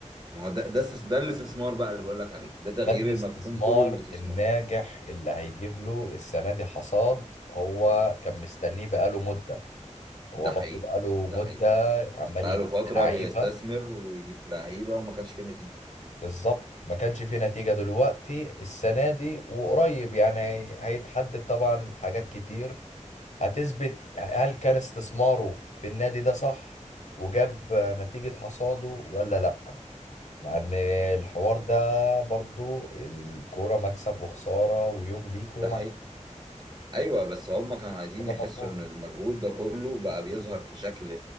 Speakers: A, on the right; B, on the left.
A: ما هو ده ده استس- ده الاستثمار بقى اللي بقول لك عليه ده تغيير
B: ده الاستثمار
A: المفهوم كله للاستثمار
B: الناجح اللي هيجيب له السنة دي حصاد هو كان مستنيه بقاله مدة هو
A: ده
B: برضه
A: حقيقي
B: بقاله مدة
A: ده حقيقي
B: عمال
A: بقى
B: يجيب
A: له فترة
B: لعيبة
A: بيستثمر ويجيب في لعيبة وما كانش فيه نتيجة
B: بالظبط ما كانش فيه نتيجة دلوقتي السنة دي وقريب يعني هي- هيتحدد طبعا حاجات كتير هتثبت هل كان استثماره في النادي ده صح وجاب نتيجة حصاده ولا لأ لأن الحوار ده برضو الكورة مكسب وخسارة ويوم ليك ويوم
A: ده حقيقي ايوه بس هم كانوا عايزين
B: حاجه
A: يحسوا
B: مضمونه
A: ان المجهود ده كله بقى بيظهر في شكل